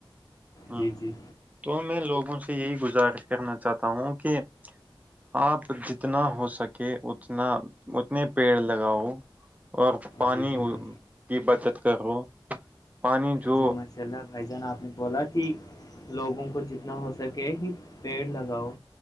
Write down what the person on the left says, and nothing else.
جی جی
جی جی
جی ماشاء اللہ بھائی جان آپ نے بولا کہ- لوگوں کو جتنا ہو سکے کہ پیڑ لگاؤ